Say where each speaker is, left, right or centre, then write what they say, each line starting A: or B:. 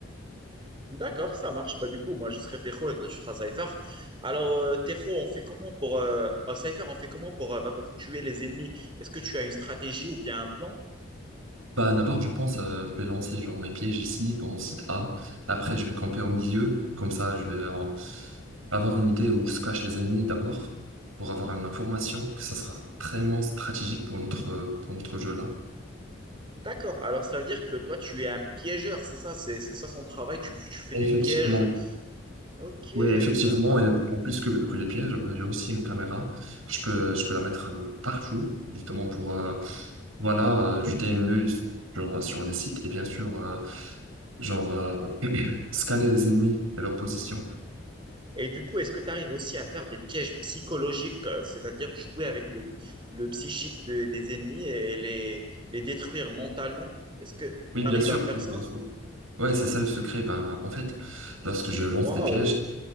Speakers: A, on the right; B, on the right.
A: D'accord, ça marche. Bah, du coup, moi, je serai Tero et toi, tu seras Cypher. Alors, euh, Tero, on fait comment pour... euh, euh, Cypher, on fait comment pour, euh, bah, pour tuer les ennemis? Est-ce que tu as une stratégie ou bien un plan?
B: Ben, d'abord, je pense euh, je vais lancer genre mes pièges ici dans le site A. Après, je vais camper au milieu. Comme ça, je vais euh, avoir une idée où se cachent les ennemis d'abord pour avoir une information que ça sera vraiment stratégique pour notre, euh, pour notre jeu là.
A: D'accord, alors ça veut dire que toi, tu es un piégeur, c'est ça? C'est c'est ça son travail, tu, tu fais
B: Effectivement.
A: des pièges. Ok,
B: Oui, effectivement,
A: d'accord.
B: et en plus que, que les pièges, voilà, j'ai aussi une caméra. Je peux, je peux la mettre euh, partout, justement pour euh, voilà, euh, jeter un œil sur, sur les sites et bien sûr, euh, genre, euh, <clears throat> scanner les ennemis et leur position.
A: Et du coup, est-ce que tu arrives aussi à faire des pièges psychologiques, euh, c'est-à-dire jouer avec le, le psychique de- des ennemis et les, les détruire mentalement? Est-ce que tu
B: Oui, bien
A: arrives
B: sûr,
A: à faire
B: oui,
A: ça?
B: bien sûr. Ouais, c'est ça le secret. Ben, en fait, lorsque je lance
A: Waouh!
B: des pièges,